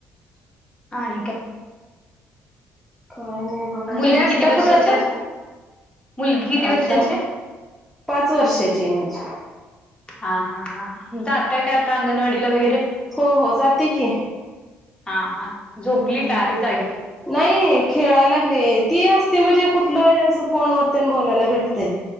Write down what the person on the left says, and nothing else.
आणि काय
मुलगी
किती वर्षाची
आहे मुलगी किती वर्षाची
आहे?
हा हा हा जातय काय आता अंगणवाडीला वगैरे?
हा हा झोपली
का? आहे जागी.